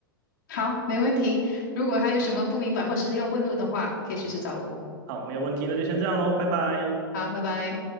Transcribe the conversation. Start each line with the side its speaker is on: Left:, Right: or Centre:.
Left: 好，没问题。如果还有什么不明白或是要问路的话，可以随时找我。
Right: 好，没有问题，那就先这样喽，拜拜。
Left: 好，拜拜。